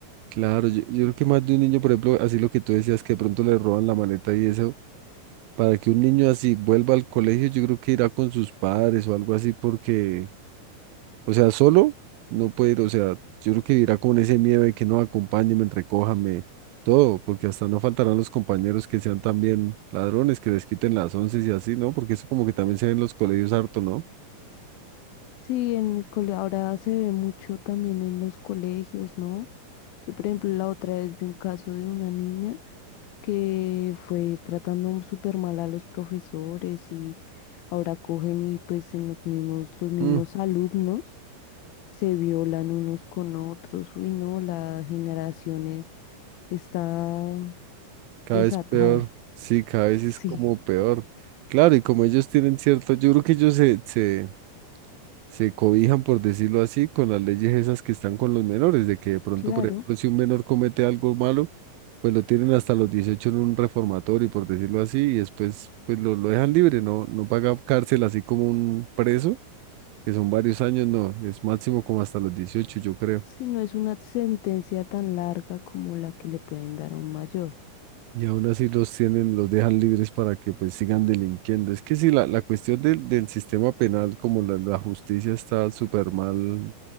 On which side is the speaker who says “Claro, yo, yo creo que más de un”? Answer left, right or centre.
Right